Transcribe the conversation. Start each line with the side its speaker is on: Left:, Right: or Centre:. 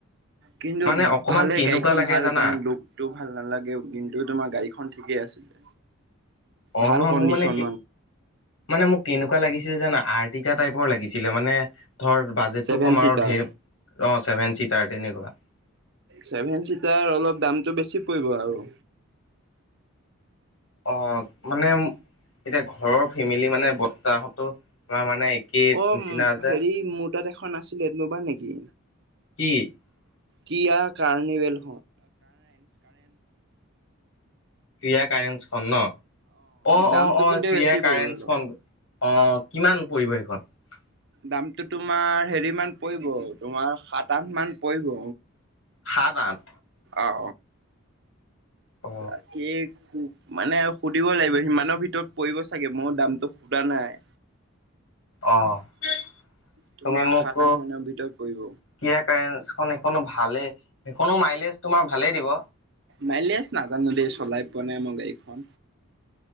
Right: কিন্তু
Left: মানে অকমান
Right: ভালে
Left: কেনেকুৱা
Right: গাড়ী খন
Left: লাগে
Right: ভাল
Left: জানা
Right: তোমাৰ লুকতটো ভাল নালাগে কিন্তু তোমাৰ তমাৰ গাড়ীখন ঠিকেই আছিলে
Left: অ
Right: ভাল
Left: নহয়
Right: কণ্ডিচন
Left: মোৰ মানে কি মানে মোক কেনেকুৱা লাগিছিল যোনা আৰ্টিকা টাইপৰ লাগিছিল মানে ধৰ বাজেটটো
Right: ছেভেন
Left: কম
Right: চিটাৰ
Left: আৰু ধে অ চছেভেন চিত। তাৰ তেনেকুৱা
Right: ছেভেন চিটাৰ অলপ দামটো বেছি পৰিব আৰু
Left: অ মানে এতিয়া ঘৰৰ ফেমিলি মানে বত্তাহতো তমাৰ মানে একেই
Right: অ
Left: নিচিনা যে
Right: হেৰি মোৰ তাত এখন আছিলেনোবা নেকি
Left: <unintelligible>
Right: কি কাৰনিভেল
Left: ক্ৰিয় কাৰেন্ঞ্চখন ন অ
Right: দামটো
Left: অ অ
Right: কিন্তু
Left: ক্ৰিয়
Right: বেছি
Left: কাৰেন্ঞ্চখন
Right: পৰিব অলপ
Left: অ কিমান পৰিৱেশত
Right: দামটো তোমাৰ হেৰি মান পৰিব তোমাৰ সাত আঠ মান পৰিব
Left: সাত আঠ
Right: অ।
Left: অ
Right: আ কেক চু মানে সুধিব লাগিব সিমানৰ ভিতৰত পৰিব চাগে মোৰ দামটো সুধা নাই
Left: অহ।
Right: তোমাৰ
Left: তুমি মোক
Right: সাত আঠ মানৰ ভিতৰত পৰিব
Left: কিয় কাৰখন সেখন ভালেই সখনো মাইলেজ তোমাৰ ভালেই দিব
Right: মাইলেছ নাজানো দে চলাই পোৱা নাই মই গাড়ীখন।